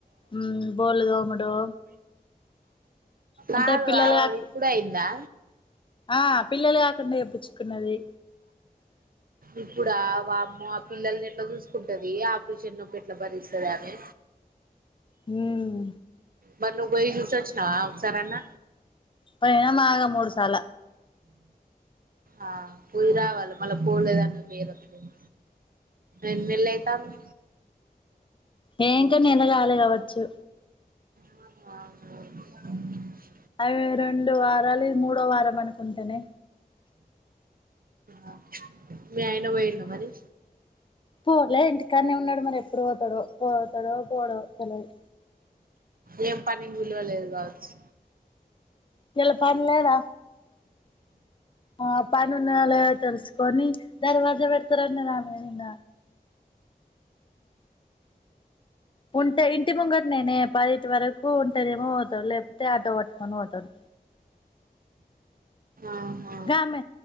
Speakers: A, on the left; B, on the right.
A: మ్మ్ బోల్ తోముడు అంటే
B: ఆ కాదు
A: పిల్లలు
B: అ
A: కాక
B: ఇప్పుడే అయిందా
A: ఆ పిల్లలు కాకుండా చెపిచ్చుకున్నాది
B: ఇప్పుడ వామ్మో ఆ పిల్లల్ని ఎట్లా చూసుకుంటది ఆపరిషన్ నొప్పి ఎట్ల భరిస్తది ఆమె
A: హ్మ్
B: మరి నువ్వు పోయి చూసోచ్చినవా ఒకసారన్న
A: పోయిన మాగ మూడు సాల
B: ఆ పోయిరావాలా మల్ల పోలేదన్న పేరు వత్తది ఎన్ నెల్ అయితంది
A: ఏ ఇంక నెలగాలే గావచ్చు
B: అవున అవున గా
A: అవి రెండు వారాలు ఇ మూడోవ వారం అనుకుంటనే
B: ఆ మీ అయన పోయిన్నా మరి
A: పోలే ఇంటికానే ఉన్నాడు మరి ఎప్పుడు పోతాడో పోతాడో పోడో తెలిదు
B: ఏం పనిని విలువలేదు కావచ్చు
A: ఇయ్యాల పని లేదా అ పనున్న లే తెలుసుకొని దర్వాజా పెడతారండ రానే నిన్న ఉంటే ఇంటి ముంగట నేనే పది ఇటి వరకు ఉంటనేమో పోతాడు, లేకపోతే ఆటో పట్టుకొని పోతాడు
B: ఆహా
A: గామె